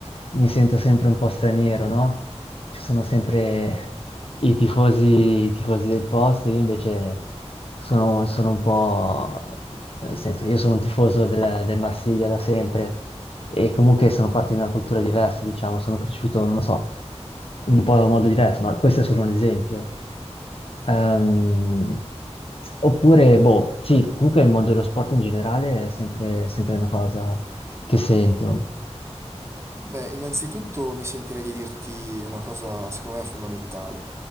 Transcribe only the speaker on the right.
Beh, innanzitutto mi sentirei di dirti una cosa, secondo me, fondamentale.